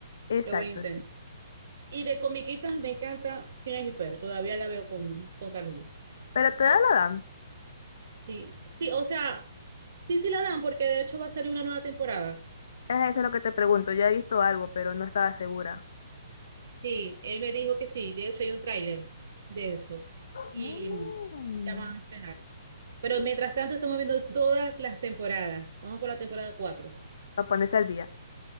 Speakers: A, on the left (about 60°); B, on the right (about 60°).
A: Exacto.
B: Lo voy a intentar.
A: sí.
B: Y de comiquitas me encanta Phineas y Ferb. Todavía la veo con, con Carmen.
A: Pero todavía la dan.
B: Sí, sí, o sea, sí, sí la dan, porque de hecho va a salir una nueva temporada.
A: Es eso lo que te pregunto. Ya he visto algo, pero no estaba segura.
B: Sí, él me dijo que sí. De hecho, hay un tráiler de eso. Y
A: Mm.
B: mm, la van a estrenar. Pero mientras tanto, estamos viendo todas las temporadas. Vamos por la temporada 4
A: Para ponerse al día.